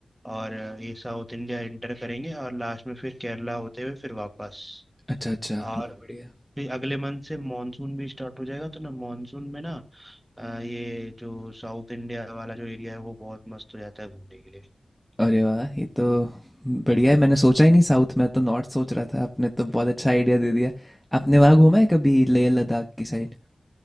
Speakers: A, on the right; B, in the centre.
A: और ये साउथ इंडिया एंटर करेंगे और लास्ट में फिर केरला होते हुए फिर वापस
B: अच्छा अच्छा
A: और
B: बहुत बढ़िया
A: फिर अगले मंथ से मॉनसून भी स्टार्ट हो जाएगा तो ना मॉनसून में ना अ, ये जो साउथ इंडिया वाला जो एरिया है वो बहुत मस्त हो जाता है घूमने के लिए
B: अरे वाह ये तो बढ़िया है मैंने सोचा ही नहीं साउथ में तो नॉर्थ सोच रहा था आपने तो बहुत अच्छा आइडिया दे दिया आपने वहाँ घूमा है कभी लेह लद्दाख की साइड